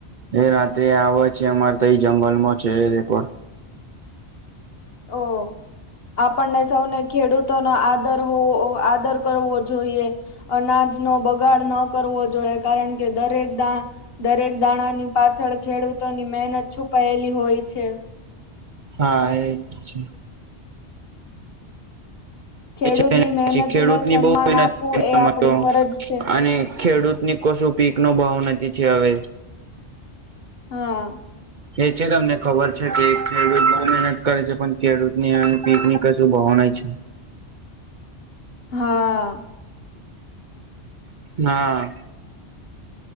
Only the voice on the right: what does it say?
એ રાત્રે આવે છે, અમારે તો એ જંગલમાં છે, રેપડ
હા એ જ
પછી એને
ખેડૂતની
બો મહેનત
<unintelligible>
હતો
અને ખેડૂતની કશું પીકનો ભાવ નથી છે, હવે
એ છે તમને ખબર છે કે ખેડૂત બો મહેનત કરે છે, પણ ખેડૂતની પીક ની કશું ભાવ નહિ છે.
હા.